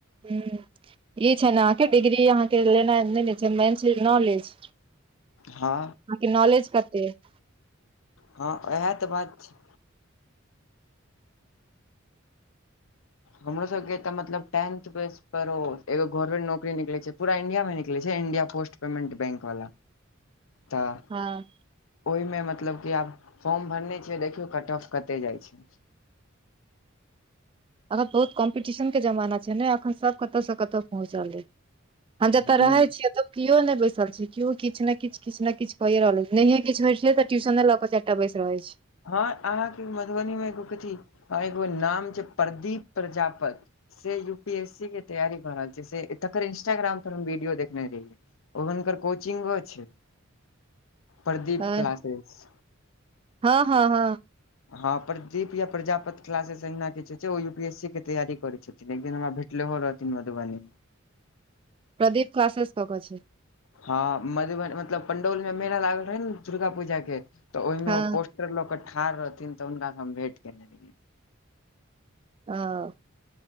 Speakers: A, on the right; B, on the left.
A: ह ई छै ने अहाँकेँ डिग्री यहा के लेना नहि ले छै मेन चीज नॉलेज
B: हँ
A: बाकी नॉलेज कते छै
B: हँ उएह तऽ बात छै हमरो सबके तऽ मतलब टेंथ बेस पर ओ एगो गवर्नमेंट नौकरी निकलैत छै पूरा इंडिया मे निकलैत छै इंडिया पोस्ट पेमेन्ट बैंक वाला तऽ
A: हँ
B: ओहिमे मतलब क आब फॉर्म भरने छीये देखियौ कट ऑफ कते जाइ छै
A: अखन बहुत कम्पीटिशन के जमाना छै ने एखन सब कतय से कतहु पहुँचलै जतऽ
B: हूँ
A: रहै छियै केओ नहि बैसल छै केओ किछ न ने किछ किछु ने किछ कहिए रहल छै नहिे किछ होै छै त ट्यूशने लऽ बैस रहै छै
B: हँ अहाँके मधुबनी मे एगो कथी एगो नाम छै प्रदीप प्रजापति से यू पी एस सी के तयी कर रहल छै से तकर इंस्टाग्राम पर हम वीडियो देखने रहियै ओ हुनकर कोचिंगो छै प्रदीप
A: हँ
B: क्लासेस
A: हँ हँ हँ
B: हँ प्रदीप या प्रजापति क्लास एहिना किछु छै ओ यू पी एस सी के तैयारी करे छै तन एक दिन हमरा भेटलो हो रहथिन मधुबनी
A: प्रदीप क्लासेस कक छै
B: हँ मधुबनी मतलब पंडौल में मेला लागल रहे ने दुर्गा पूजा के तऽ ओहमे
A: हँ
B: पोट स्टर ल के ठाढ़ रहथिन तऽ हुनका से हम भेंट केने रहियै
A: ह